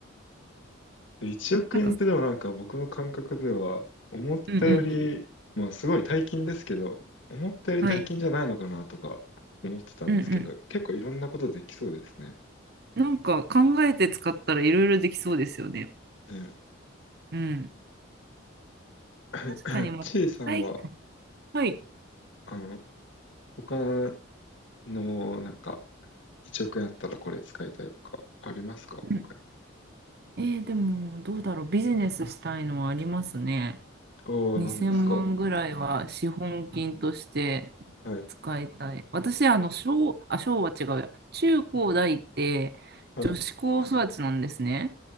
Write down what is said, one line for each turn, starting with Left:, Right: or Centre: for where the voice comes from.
Left: 1億円ってでもなんか僕の感覚では思ったより、
Right: <laughs> なんか、うんうん、
Left: まあすごい大金ですけど、思ったより大金じゃないのかなとか思ってたんですけど、
Right: はい、うんうん。
Left: 結構いろんなことできそうですね。
Right: なんか考えて使ったらいろいろできそうですよね。
Left: うん。
Right: うん。
Left: <clears throat>
Right: 確かに、まあ、
Left: ちいさんは、
Right: はい、はい。
Left: あの、他のなんか1億円あったらこれ使いたいとかありますか他に。
Right: うんえー、でも、どうだろう、ビジネスしたいのはありますね。
Left: ああ、
Right: 2000万ぐらいは資本金として
Left: 何ですか。はい、
Right: 使いたい。私、あの、小、あ、小は違うや。中高大って女子高育ちなんですね。
Left: はい、